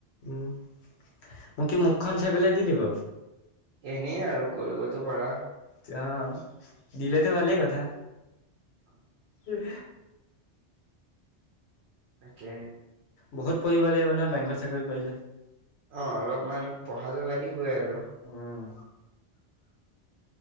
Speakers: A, on the left (about 70°); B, on the right (about 70°).
A: উম্, মোক কি মুখখন চাই পেলাই দি দিব।
B: এনেই আৰু কৰিবতো পাৰা।
A: এতিয়া দিলেতো ভালেই কথা।
B: অ',
A: হুম।
B: তাকে,
A: বহুত পঢ়িব লাগিব নহয়, বেংকত চাকৰি কৰিলে,
B: অ', অলপমান পঢ়াতো লাগিবই আৰু।
A: উম্,